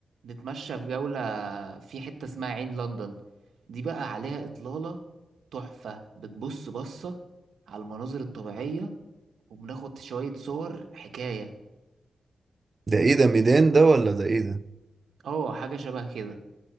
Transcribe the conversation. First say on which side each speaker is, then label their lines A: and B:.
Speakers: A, on the right (about 75°); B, on the right (about 30°).
A: نتمشى في جولة في حتة اسمها عين لندن دي بقى عليها إطلالة تحفة بتبص بصة على المناظر الطبيعية وبناخد شوية صور حكاية
B: ده ايه ده ميدان ده ولا ده ايه ده
A: اه حاجة شبه كده